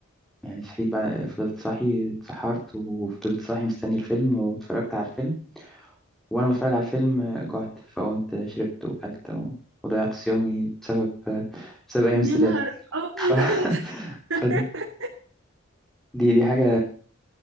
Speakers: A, in the centre; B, on the right (about 85°).
A: يعني صحيت بعد فضلت صاحي اتسحرت وفضلت صاحي مستني الفيلم واتفرجت على الفيلم وانا بتفرج على الفيلم آه، جعت فقمت شربت وكلت و- وضيعت صيامي بسبب آه، بسبب ايام
B: يا
A: السادات
B: نهار ابيض
A: <laughs>
B: <laughs>
A: فده دي دي حاجه